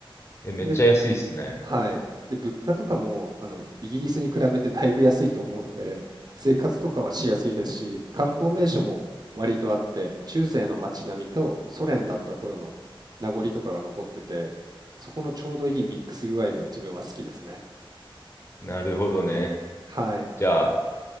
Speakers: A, on the left; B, on the right.
A: え。え、めっちゃ安いっすね。
B: で、はい。で、物価とかも、あの、イギリスに比べてだいぶ安いと思うので、生活とかはしやすいですし、観光名所も割とあって、中世の街並みとソ連だった頃の名残とかが残ってて、そこのちょうどいいミックス具合が自分は好きですね。
A: なるほどね。
B: はい。
A: じゃあ、